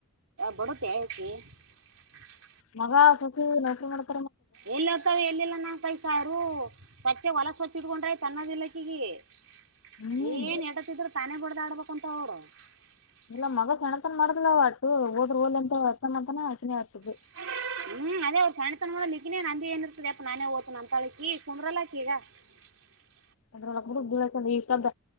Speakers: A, on the right; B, on the left.
A: ಬರುತ್ತಾ ಅಕ್ಕಿ. <unintelligible>
B: ನವ ಕಕ್ಕು ನಗು, ಮಾಡುತ್ತೀರಿ. <unintelligible>
A: ಎಲ್ಲಿರ್ತವ, ಎಲ್ಲಿಲ್ಲ ನಂಗ ಕೈ ಸಾರು ತಟ್ಟೆ ಹೋಲೋಕೆ, ಹೊಚ್ಚಿಟ್ಕೊಂಡಾಯ್ ತನ್ನದಿಲ್ಲಕ್ಕಗ, ಇಕಿಗಿ. <unintelligible>
B: ಹ್ಮ್
A: ಏನ್, ಹೇಡಿಕಿದರು, ತಾನೇ, ಬಡತಕ್ಕಂಥವರು. <unintelligible>
B: ಇಲ್ಲ, ಮಗ ಸಣತನ, ಮಾಡಿದ್ಲು ಅವತ್ತು, ಹೋದ್ರ! ಹೋಲ್ ಎಂತ ಅತ ಅಂತಾನ ಆಚನೆೆ ಆಗ್ತದೆ. <unintelligible>
A: <unintelligible> <inaudible> ಹ್ಮ್, ಅದೇ ಸಣ್ಣ ತನ ಮಾಡಲಿಕ್ಕಿನೇ ನಂದು, ಏ ಇರ್ತದೆ! ಅಪ್ಪ ನೇ ಓ್ತನ ಅಂತಳಕಿ, ಕುಂದೂರಲ್ಲಿಕೀ, ಈಗ. <unintelligible> <unintelligible> <inaudible>
B: ಅದರೊಳಗೆ ಬಿಡು, ಬಿದ್ದೋಗ್ತದೆ, ಇಷ್ಟು, ಅಂತ,